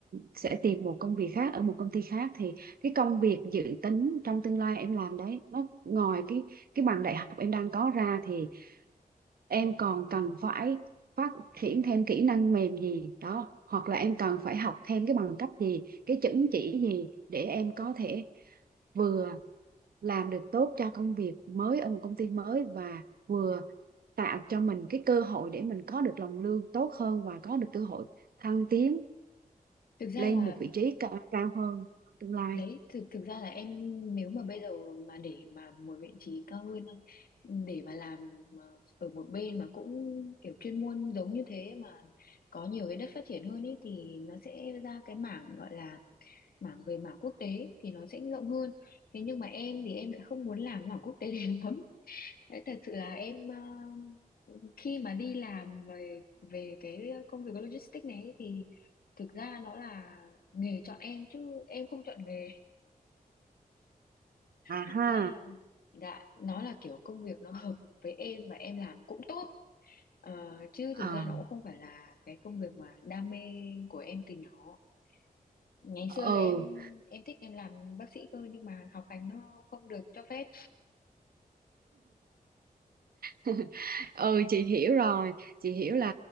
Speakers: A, on the right; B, on the left.
A: sẽ tìm một công việc khác ở một công ty khác thì cái công việc dự tính trong tương lai em làm đấy nó ngoài cái cái bằng đại học em đang có ra thì em còn cần phải phát triển thêm kỹ năng mềm gì đó hoặc là em cần phải học thêm cái bằng cấp gì cái chứng chỉ gì để em có thể vừa làm được tốt cho công việc mới ở một công ty mới và vừa tạo cho mình cái cơ hội để mình có được lòng lương tốt hơn và có được cơ hội thăng tiến
B: Thực ra
A: lên
B: là
A: một vị trí cao, cao hơn trong tương lai
B: Đấy, thực thực ra là em nếu mà bây giờ mà để mà một vị trí cao hơn để mà làm mà ở một bên mà cũng kiểu chuyên môn giống như thế mà có nhiều cái đất phát triển hơn ấy thì nó sẽ ra cái mảng gọi là mảng về mảng quốc tế thì nó sẽ rộng hơn. Thế nhưng mà em thì em lại không muốn làm mảng quốc tế <laughs> đến lắm. Đấy, thật sự là em ờ, khi mà đi làm về về cái công việc logistics này ấy thì thực ra nó là nghề chọn em chứ em không chọn nghề
A: à
B: thực
A: ha
B: ra dạ nó là kiểu công việc nó hợp với em và em làm cũng tốt Ờ, chứ
A: ờ
B: thực ra nó cũng không phải là cái công việc mà đam mê của em từ nhỏ ngày xưa
A: ừ
B: là em em thích em làm bác sĩ cơ nhưng mà học hành nó không được cho phép
A: <laughs> ừ chị hiểu rồi chị hiểu là